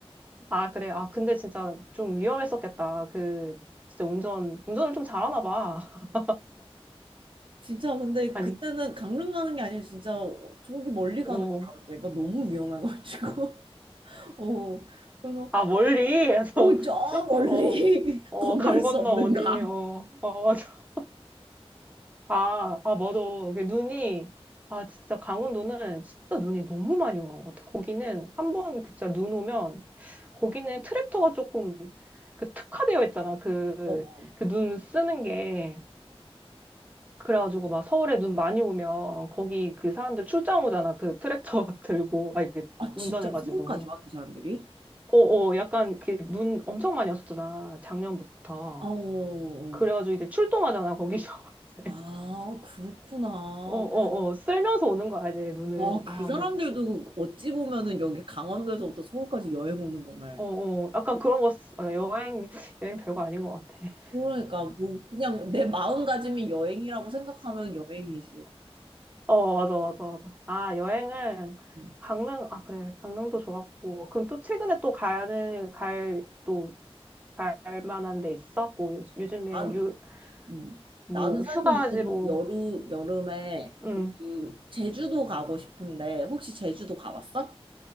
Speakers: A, on the right; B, on the right.
A: 아, 그래. 아, 근데 진짜 좀 위험했었겠다. 그, 진짜 운전, 운전을 좀 잘하나 봐. <laughs>
B: 진짜 근데
A: 아니,
B: 그때는 강릉 가는 게 아니라 진짜 저기 멀리 가는
A: 어,
B: 줄 알았다니까 너무 위험해가지고. <laughs> 어, 그래서
A: 아, 멀리? 해서
B: 오, 저
A: <laughs> 조금,
B: 멀리
A: 어,
B: <laughs>
A: 어,
B: 건널
A: 강
B: 수
A: 건너
B: 없는가.
A: 어디, 어, 어, <laughs> 맞아. 아, 아, 맞아. 이게 눈이, 아, 진짜 강원도는 진짜 눈이 너무 많이 오는 것 같아. 거기는 한 번 진짜 눈 오면, 거기는 트랙터가 조금 그 특화되어 있잖아. 그,
B: 어,
A: 그 눈 쓰는 게. 그래가지고 막 서울에 눈 많이 오면 거기 그 사람들 출장 오잖아. 그 트랙터 <laughs> 들고, 아, 이게
B: 아
A: 운전해가지고.
B: 진짜 서울까지 와 그 사람들이?
A: 어어 약간 그 눈 엄청 많이 왔었잖아 작년부터
B: 어, 어,
A: 그래가지고
B: 어.
A: 이제 출동하잖아 거기서 <laughs> 이제
B: 아, 그렇구나.
A: 어어어 쓸면서 오는 거야 이제 눈을
B: 와, 그
A: 아
B: 사람들도
A: 근데 진
B: 어찌 보면은 여기 강원도에서부터 서울까지 여행 오는 거네.
A: 어어 약간 그런 거 쓰- 아, 여행 여행 별거 아닌 것 같아 <laughs>
B: 그러니까 뭐 그냥 내 마음가짐이 여행이라고 생각하면 여행이지.
A: 어 맞아 맞아 맞아 아 여행은
B: 음.
A: 강릉 아 그래 강릉도 좋았고 그럼 또 최근에 또 가는 갈또 갈 만한 데 있어 뭐 요, 즘에
B: 난,
A: 유
B: 음.
A: 뭐
B: 나는 사실
A: 휴가지로
B: 이번 여름 여름에
A: 응.
B: 그, 그 제주도 가고 싶은데 혹시 제주도 가봤어?